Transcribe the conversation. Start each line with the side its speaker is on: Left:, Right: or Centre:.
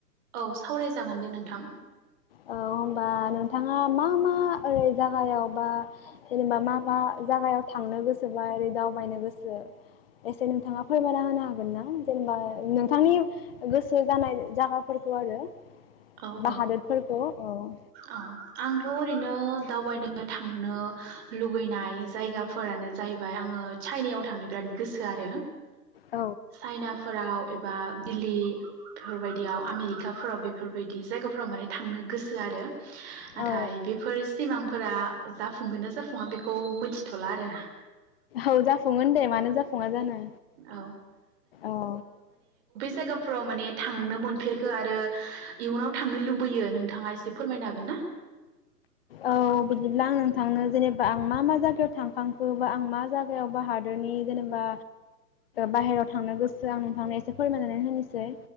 Right: औ सावरायजागोन दे नोंथां।
Left: औ होनबा नोंथाङा मा मा ओरै जागायाव बा जेनेबा मा मा जागायाव थांनो गोसो बा ओरै दावबायनो गोसो एसे नोंथाङा फोरमायना होनो हागोन ना जेनेबा नोंथांनि गोसो जानाय जायगाफोरखौ आरो।
Right: औ
Left: बा
Right: औ।
Left: हादोरफोरखौ औ
Right: औ आंथ' ओरैनो दावबायनो थांनो लुबैनाय जायगाफोरानो जाहैबाय आङो चाइनायाव थांनो बिराद गोसो आरो
Left: औ
Right: चाइनाफोराव एबा दिल्ली बेफोरबायदियाव आमेरिकाफोराव बेफोर बेबायदि जायगाफोराव माने थांनो गोसो आरो नाथाय
Left: औ
Right: बेफोर सिमां फोरा जाफुंगोन ना जाफुङा बेखौ मिथिथ'ला आरो
Left: औ जाफुङगोन दे मानो जाफुङा जानो
Right: औ
Left: औ।
Right: जायगाफ्राव माने थांनो मोनफेरखो आरो इयुनाव थांनो लुबैयो नोंथाङा एसे फोरमायनो हागोन ना?
Left: औ बिदिब्ला आं नोंथांनो जेनेबा आं मा मा जायगायाव थांखांखो बा आं मा जायगायाव बा हादोरनि जेनेबा बाहेरायाव थांनो गोसो आं नोंथांनो एसे फोरमायनानै होनोसै